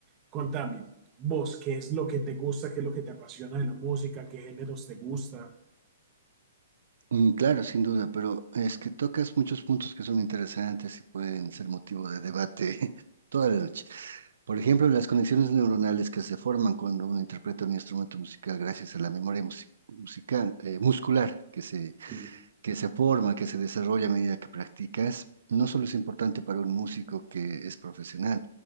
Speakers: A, on the right (about 20°); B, on the right (about 75°).
A: Contame, vos, ¿qué es lo que te gusta, qué es lo que te apasiona de la música, qué géneros te gusta?
B: Mm, Claro, sin duda, pero es que tocas muchos puntos que son interesantes y pueden ser motivo de debate <laughs> toda la noche. Por ejemplo, las conexiones neuronales que se forman cuando uno interpreta un instrumento musical gracias a la memoria musi- musical, eh, muscular que se
A: Sí,
B: que se forma, que se desarrolla a medida que practicas, no solo es importante para un músico que es profesional,